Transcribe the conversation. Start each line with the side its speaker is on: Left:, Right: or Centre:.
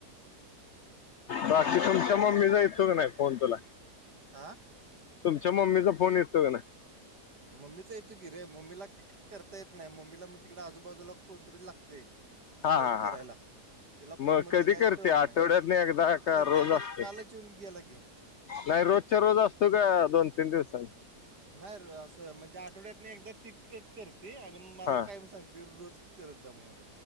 Left: बाकी तुमच्या मम्मी जा इ क नाही फोन तुला
Right: आ
Left: तुमच्या मम्मीचा फोन येतो का ना
Right: मम्मीच येतो की रे मम्मीला करता येत नाही मम्मीला मग तिकडे आजूबाजूला कोणतरी लागते
Left: हा
Right: फोन
Left: हा
Right: करायला
Left: हा
Right: त्याला फोनमधलं
Left: मग कधी
Right: काय
Left: करते
Right: कळत
Left: आठवड्यात
Right: नाही
Left: एकदा का
Right: करते
Left: रोज
Right: आता
Left: असते
Right: कालच येऊन ग्याला गे
Left: नाही रोजच्या रोज असतो का दोन तीन दिवसांनी
Right: नाही र असं म्हणजे आठवड्यात नाही एकदा तीख करते आणि मला
Left: हा
Right: काय म सांगते रोज करत जा म्हणून